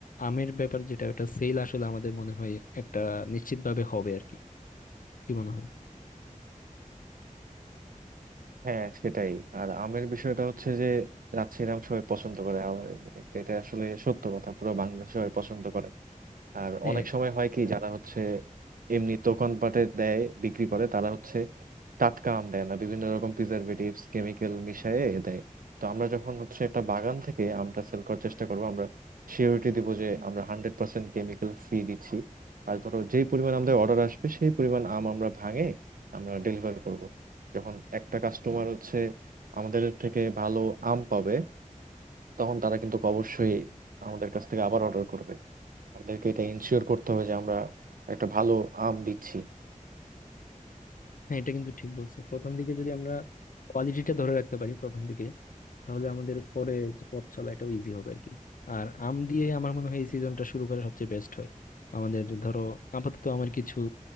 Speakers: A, on the left; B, on the right.
A: আমের ব্যাপার যেটা ওটা সেল আসলে আমাদের মনে হয় একটা নিশ্চিতভাবে হবে আর কি কি মনে হয়
B: হ্যাঁ সেটাই আর আমের বিষয়টা হচ্ছে যে রাজশাহীর আম সবাই পছন্দ করে আর এটা এটা আসলে সত্য কথা পুরো বাংলাদেশ সবাই পছন্দ করে আর
A: হ্যাঁ
B: অনেক সময় হয় কি যারা হচ্ছে এমনি দোকানপাটে দেয় বিক্রি করে তারা হচ্ছে টাটকা আম দেয় না বিভিন্ন রকম প্রিজারভেটিভস কেমিক্যাল মিশিয়ে দেয় তো আমরা যখন হচ্ছে একটা বাগান থেকে আমটা সেল করার চেষ্টা করবো আমরা সিওরিটি দিব যে আমরা হান্ড্রেড পার্সেন্ট কেমিক্যাল ফ্রি দিচ্ছি আর ধরো যেই পরিমাণ আমাদের অর্ডার আসবে সেই পরিমাণ আম আমরা ভাঙে আমরা ডেলিভার করব যখন একটা কাস্টমার হচ্ছে আমাদের থেকে ভালো আম পাবে তখন তারা কিন্তু অবশ্যই আমাদের কাছ থেকে আবার অর্ডার করবে আমাদেরকে এটা ইনশিওর করতে হবে যে আমরা একটা ভালো আম দিচ্ছি
A: হ্যাঁ এটা কিন্তু ঠিক বলছো প্রথম দিকে যদি আমরা কোয়ালিটিটা ধরে রাখতে পারি প্রথম দিকে তাহলে আমাদের পরে যে পথ চলা এটাও ইজি হবে আর কি আর আম দিয়ে আমার মনে হয় এই সিজনটা শুরু করা সবচেয়ে বেস্ট হয় আমাদের ধরো আপাতত আমার কিছু